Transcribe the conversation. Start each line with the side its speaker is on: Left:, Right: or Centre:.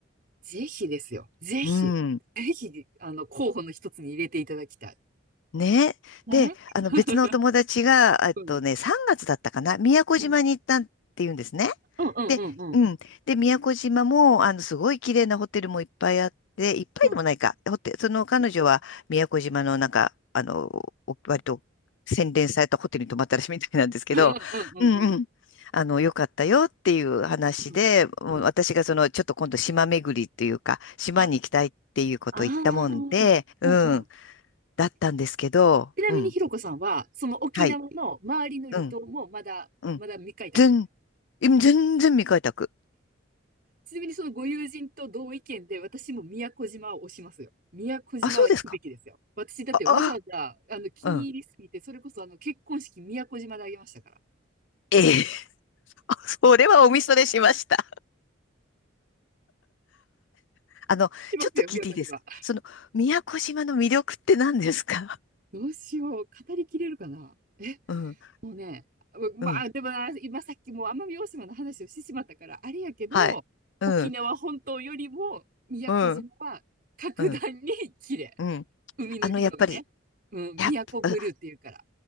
Right: ぜひですよ。ぜひ。
Left: うん。
Right: ぜひ、あの、候補の一つに入れていただきたい。
Left: ね。
Right: ね。
Left: で、
Right: <laughs>
Left: あの別のお友達が、えっとね、
Right: うん。
Left: 3月だったかな、宮古島に行ったって言うんですね。
Right: うんうんうんうんうん。
Left: で、うん。で、宮古島も、あの、すごい綺麗なホテルもいっぱいあって、いっぱいでもないか。
Right: うん。
Left: ホテル、その彼女は宮古島のなんか、あの、お割と洗練されたホテルに泊まったらしいみたいなんですけど、
Right: うんうんうんうんうん。
Left: うんうん。あの、良かったよっていう話で、
Right: うんうん。
Left: もう私がその、ちょっと今度島巡りっていうか、島に行きたいっていうことを言ったもんで、
Right: あ、ああ。うんうん。
Left: うん。だったんですけど、
Right: ちなみにひろこさんは、
Left: うん。
Right: その沖縄の周りの離島もまだ、
Left: はい。うん。うん。
Right: まだ未開拓。
Left: 全、今全然未開拓。
Right: ちなみにそのご友人と同意見で、私も宮古島を推しますよ。宮古島は行くべきですよ。
Left: あ、そうですか。
Right: 私だってわざわざ、
Left: あ、あ、
Right: あの、気に入りすぎて、
Left: あうん。
Right: それこそあの、結婚式宮古島であげましたから。
Left: ええ。<laughs> あそれはおみそれしました。あの、
Right: 来ますよ、
Left: ちょっと聞いていいですかその、
Right: 宮古島。
Left: 宮古島の魅力って何ですか
Right: どうしよう。語りきれるかな。
Left: <laughs> うん。
Right: もうね、うまあ、
Left: うん。
Right: でもな、今さっきもう奄美大島の話をしてしまったから、あれやけど、
Left: はい。うん。
Right: 沖縄本島よりも宮古島は格段に綺麗。
Left: うん。うん。うん。
Right: 海の色がね。
Left: あの、やっぱり、
Right: うん、
Left: やっぱ、
Right: 宮古ブルーっていうから。